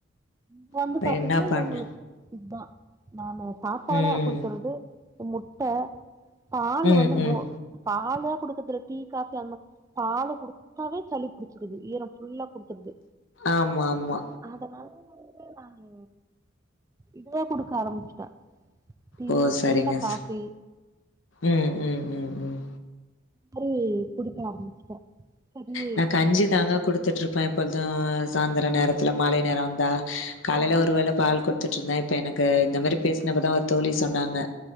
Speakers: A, on the right; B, on the left.
A: ம் வந்து
B: இப்ப
A: பாத்தீங்கன்னா
B: என்னா பண்ண
A: இவங்களுக்கு இத்தான் நாநூறு சாப்பாடா
B: ம்.
A: குடுக்குறது முட்ட பால்
B: ம்,
A: வந்து
B: ம்.
A: மோ பாலா குடுக்கறதுல்ல டீ காபி அந்த பாலு குடுத்தாவே சளி புடிச்சிருது ஈரம் ஃபுல்லா குடுத்துருது
B: ஆமா ஆமா
A: அதனால நானு இதுவா குடுக்க ஆரம்பிச்சிட்டேன் டீ
B: ஓ! சரிங்க.
A: இல்லன்னா காபி
B: ஸ் ம் ம் ம் ம்
A: மாரி குடுக்க ஆரம்பிச்சுட்டே சரி
B: நான் கஞ்சிதாங்கா குடுத்துட்டு இருப்பேன் எப்பொழுதும் சாயந்திர நேரத்துல மாலை நேரம் வந்தா காலையில
A: ஆ
B: ஒருவேள பால் குடுத்துட்டு இருந்தேன் இப்போ எனக்கு இந்த மாரி பேசினப்ப தான் ஒரு தோழி சொன்னாங்க